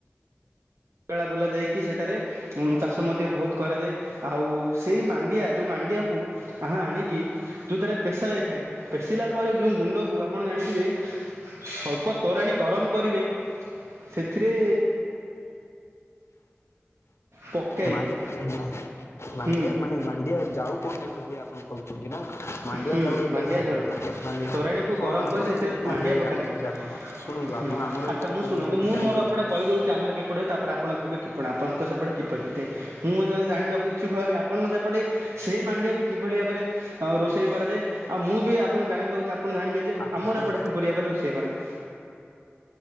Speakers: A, on the right (about 80°); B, on the left (about 75°).
A: ବେଙ୍ଗଳା ବୁଲା ଯାଇକି ସେଠାରେ ଚାଷ ମଧ୍ୟ ବୋହୁତ କରାଯାଏ ଆଉ ସେଇ ମାଣ୍ଡିଆ ଯୋଉ ମାନଡ୍ ମାଣ୍ଡିଆକୁ ହା ଆଣିକି ଯୋଉଥିରେ ପେଶା ଯାଇଥାଏ ପେଷିଲା ପରେ ଯୋଉ ଗୁଣ୍ଡକୁ ଆପଣ ଜାଣି ଅଳ୍ପ ତୋରାଣି ଗରମ କରିବେ ସେଥିରେ ପକାଇବେ
B: ମାଣ୍ଡ ବି ଖାଇନ ମାଣ୍ଡିଆ
A: ହୁଁ
B: ମାନେ ମାଣ୍ଡିଆ ଯାଉ କୋଉ ଟାଇପ ର ହୁଏ ଆପଣ କହୁ କାହିଁକି ନା ମାଣ୍ଡିଆ
A: ହୁଁ
B: ଯାଉ ଏଇ
A: ମାଣ୍ଡିଆ
B: ଟାଇପ ର
A: ଯାଉ
B: ହୁଏ ମାନେ
A: ତୋରାଣୀକୁ
B: କଣ
A: ଗରମ
B: ଆମର
A: କରି ସେଥିରେ
B: ଏଇପଟେ କଣ
A: ମାଣ୍ଡିଆ
B: ହୁଏ
A: ପକାଯାଇଥାଏ
B: ଜାଣିଚନ୍ତି ଆପଣ? ଶୁଣ ଶୁଣନ୍ତୁ
A: ହୁଁ
B: ଆପଣ ଆମର
A: ଆଚ୍ଛା
B: ଏଇ ପଟେ
A: ମୁଁ
B: କଣ
A: ଶୁଣନ୍ତୁ
B: ହୁଅନ୍ତି
A: ମୁଁ
B: ଜାଣିଚନ୍ତି?
A: ମୋର ଏପଟେ କହିଦେଉଛି ଆମର କିପଟେ ହୁଏ ତାପରେ ଆପଣ କହିବେ କିପଣ ଆପଣଙ୍କ ସେପଟେ କିପରି ହେଇଥାଏ ମୁଁ ଜଣେ ଜାଣିବାକୁ ଇଚ୍ଛୁକ ହେବି ଆପଣଙ୍କ ସେପଟେ ସେଇ ମାଣ୍ଡିଆକୁ କିଭଳି ଭାବରେ ଅ ରୋଷେଇ କରାଯାଏ ଆଉ ମୁଁ ବି ଆପଣ ଜାଣିବାକୁ ଆପଣ ଜାଣିବେ ଯେ
B: ଆଚ୍ଛା
A: ଆମର
B: କୁହନ୍ତୁ
A: ଏପଟେ କିପରି ଭାବରେ ରୋଷେଇ କରାଯାଏ।